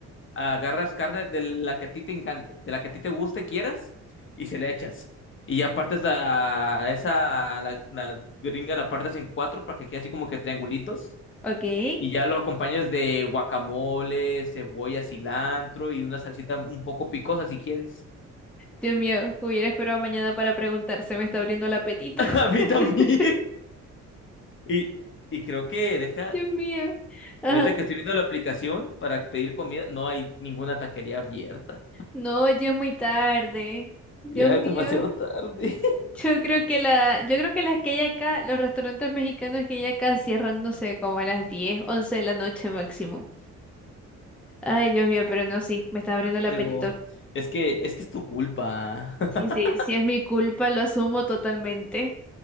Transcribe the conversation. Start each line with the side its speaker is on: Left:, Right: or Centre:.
Left: agarras carne de la que a ti te encante, de la que a ti te guste, y quieras, y se le echas. Y ya partes la, esa, la, la gringa la partes en cuatro para que quede así como que triangulitos.
Centre: ok.
Left: Y ya lo acompañas de guacamole, cebolla, cilantro y una salsita un poco picosa si quieres.
Centre: Dios mío, hubiera esperado mañana para preguntar, se me está abriendo el apetito.
Left: <laughs> A mí
Centre: <laughs>
Left: también. Y, y creo que deja,
Centre: Dios mío. Ajá.
Left: ahorita que estoy viendo la aplicación para pedir comida, no hay ninguna taquería abierta.
Centre: No, ya es muy tarde. Dios
Left: Ya
Centre: mío.
Left: es demasiado tarde.
Centre: Yo creo que la, yo creo que las que hay acá, los restaurantes mexicanos que hay acá cierran, no sé, como a las 10, 11 de la noche máximo. Ay, Dios mío, pero no, sí, me está abriendo el apetito.
Left: Pero es que es que es tu culpa. <laughs>
Centre: Sí, sí, sí es mi culpa, lo asumo totalmente